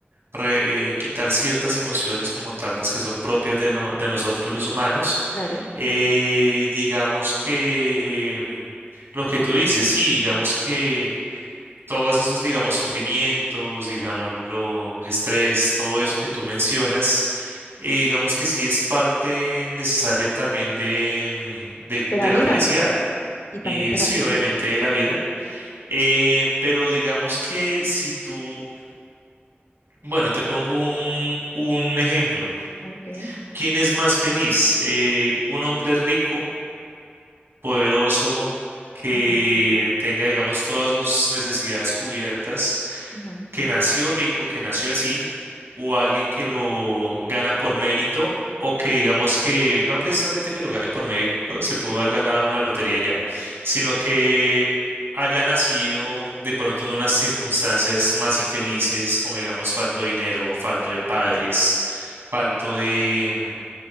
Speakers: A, on the right; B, on the left.
A: re- eh, quitar ciertas emociones como tal, pues que son propias de, lo, de nosotros los humanos
B: claro,
A: Eh, digamos que mm, lo que tú dices, sí, digamos que todos esos, digamos, sufrimientos, digamos, lo estrés, todo eso que tú mencionas, eh, digamos que sí es parte necesaria también de, mm, de,
B: de
A: de
B: la vida
A: la felicidad
B: y también
A: y
B: de
A: sí,
B: la vida.
A: obviamente de la vida. Eh, pero digamos que si tú, bueno, te pongo un, un ejemplo.
B: Okay.
A: ¿Quién es más feliz? Eh, ¿un hombre rico? poderoso, que
B: Ujú,
A: tenga, digamos, todas sus necesidades cubiertas,
B: ujú.
A: que nació rico, que nació así, o alguien que lo gana por mérito, o que digamos que no precisamente que lo gane por mérito, se pudo haber ganado una lotería ya, sino que haya nacido de pronto en unas circunstancias más infelices, como digamos, falto de dinero, falto de padres, falto de